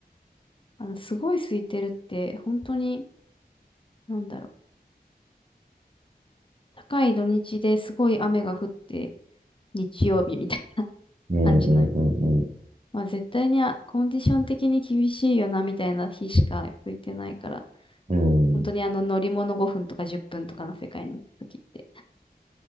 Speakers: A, on the left (about 30°); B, on the right (about 45°).
A: あの、すごい空いてるって本当に、なんだろう。高い土日ですごい雨が降って日曜日みたいな <laughs>
B: うん、
A: 感じの。
B: うん、うん、
A: まあ絶対にあコンディション的に厳しいよなみたいな日しか空いてないから。
B: うん。
A: 本当にあの乗り物5分とか10分とかの世界の時って。